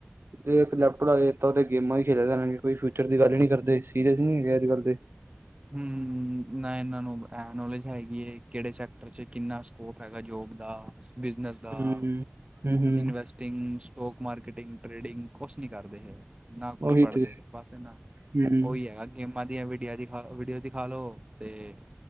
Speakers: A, on the right; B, on the right.
A: ਜ ਇੱਕ ਲੈਪਟੋਪ ਗੇਮਾਂ ਹੀ ਖੇਲੇ ਕੋਈ ਫਿਊਚਰ ਦੇ ਗੱਲ ਨੀ ਕਰਦੇ ਸੀਰੀਅਸ ਨ ਨਹੀਂ ਹੈਗੇ ਅੱਜ ਕੱਲ ਦੇ
B: ਹੱਮ ਨਾ ਇਹਨਾਂ ਨੂੰ ਇਹ ਨੌਲੇਜ ਹੈਗੀ ਹੈ ਕਿਹੜੇ ਸੈਕਟਰ ਚ ਕਿੰਨਾ ਸਕੋਪ ਹੈਗਾ ਜੋਬ ਦਾ ਬਿਜ਼ਨਿਸ ਦਾ,,,,,,
A: ਹੂੰ ਹੂੰ ਹੂੰ
B: ਇਨਵੈਸਟ ਸਟੋਕ ਮਾਰਕੀਟਿੰਗ ਟ੍ਰੇਡਿੰਗ ਕੁਛ ਨੀ ਕਰਦੇ ਹੈ ਨਾ ਕੁਛ
A: ਉਹੀ
B: ਪੜ੍ਹਦੇ
A: ਤੇ
B: ਬਸ ਇਹਨਾਂ
A: ਹੂੰ
B: ਉਹੀ ਹੈਗਾ ਗੇਮਾਂ ਦੀਆਂ ਵੀਡੀਆ ਦੀ ਹਾਂ ਵੀਡੀਓ ਦਿਖਾਾਲੋ ਤੇ